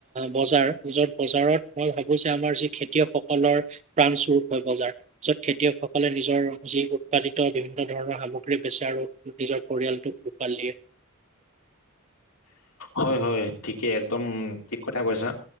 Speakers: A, on the right; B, on the left.
A: বজাৰ যত বজাৰত মই ভাবো যে আমাৰ যি খেতিয়ক সকলৰ প্ৰাণ চুৰপ হয় বজাৰ য'ত খেতিয়কসকলে নিজৰ যি উৎপাদিত বিভিন্ন ধৰণৰ সামগ্ৰী বেচে আৰু নিজৰ পৰিয়ালটোক পোহপাল দিয়ে
B: হয় হয় ঠিক কি একদম ঠিক কথা কৈছা